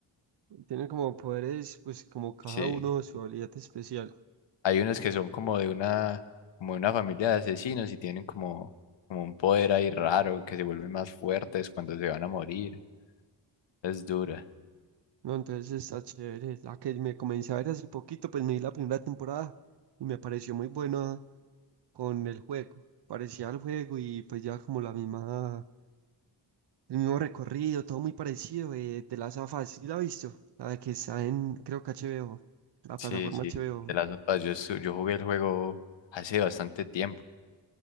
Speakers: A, on the right; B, on the left.
A: tiene como poderes, pues como cada
B: Sí,
A: uno su habilidad especial.
B: hay unos que son como de una, como de una familia de asesinos y tienen como, como un poder ahí raro que se vuelven más fuertes cuando se van a morir. Es dura.
A: No, entonces está chévere. La que me comencé a ver hace poquito, pues me di la primera temporada y me pareció muy buena con el juego. Parecía el juego y pues ya como la misma, el mismo recorrido, todo muy parecido eh, de las afas. ¿Sí la has visto? La de que está en, creo que HBO, la
B: Sí,
A: plataforma
B: sí,
A: HBO.
B: de las otras, yo, su- yo jugué el juego hace bastante tiempo,